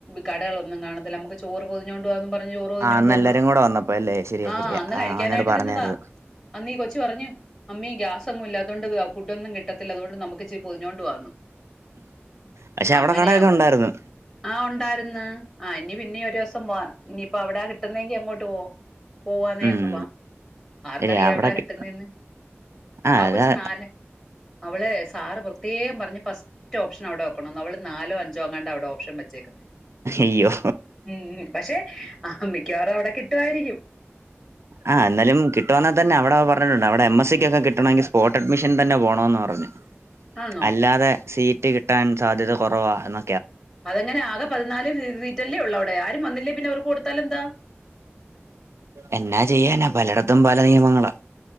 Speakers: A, in the centre; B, on the right.
A: കടകളൊന്നും കാണത്തില്ല നമുക്ക് ചോറ് പൊതിഞ്ഞ് കൊണ്ട് പോ പറഞ്ഞ് ചോറ് പൊതിഞ്ഞോണ്ട്
B: ആഹ് അന്ന്
A: വന്ന്
B: എല്ലാരും കൂടെ വന്നപ്പോ അല്ലേ ശരിയാ
A: ആഹ്
B: ശരിയാ
A: അന്ന് കഴിക്കാനായിട്ടിരുന്നതാ
B: അവനോട് പറഞ്ഞായിരുന്നു
A: അന്നീ കൊ ച്ച് പറഞ്ഞു. മമ്മി ഗ്യാസൊന്നും ഇല്ലാത്തോണ്ട് ഫുഡൊന്നും കിട്ടത്തില്ല അതുകൊണ്ട് നമുക്ക് ച്ചി പൊതിഞ്ഞോണ്ട് പോവാന്ന്.
B: പക്ഷെ അവിടെ
A: അങ്ങനെയാ
B: കടയൊക്കെ
A: പോയെ
B: ഉണ്ടായിരുന്നു
A: ആഹ് ഉ ണ്ടാര്ന്ന്. ആ ഇഞ്ഞി പിന്നീ ഒരോസം പോവാം. ഇഞ്ഞിപ്പോ അവടെ കിട്ടുന്നെങ്കി അങ്ങോട്ട് പോവും. പോവാന്നേ
B: ഉം
A: അങ്ങ് വാം. ആർക്കറിയാ
B: ശരിയാ അവിടൊക്കെ
A: എവിടാ കിട്ടുന്നേന്ന്.
B: ആഹ്
A: ആ
B: അതാ
A: കൊച്ച് നാല് അവള് സാറ് പ്രത്യേകം പർഞ്ഞ് ഫസ്റ്റ് ഓപ്ഷൻ അവിടെ വെക്കണം ന്ന് അവള് നാലോ, അഞ്ചോ അങ്ങാണ്ട അവ്ടെ ഓപ്ഷൻ വെച്ചേക്കുന്നെ
B: അയ്യോ
A: ഉം ഉം പഷേ മിക്കവാറും അവിടെ കിട്ടുവായിരിക്കും.
B: ആ എന്നാലും കിട്ടോന്നാ തന്നെവടെ പറഞ്ഞിട്ടുണ്ട്. അവടെ എം എസി ക്ക് ഒക്കെ കിട്ടണെങ്കി കോട്ടഡ്മിഷൻ തന്നെ പോണന്ന് പർഞ്ഞ്
A: ആന്നോ?
B: അല്ലാതെ സീ ട്ടി കിട്ടാൻ സാധ്യത കുറവാ എന്ന
A: അതെങ്ങനെ ആകെ പതിനാല് സീ സീറ്റല്ലേ ഉള്ള അവിടെ ആരും വന്നില്ലേ പിന്നെ അവർക്ക് കൊടുത്താലന്താ
B: എന്നാ ചെയ്യാനാ പലയിടത്തും പല നിയമങ്ങളാ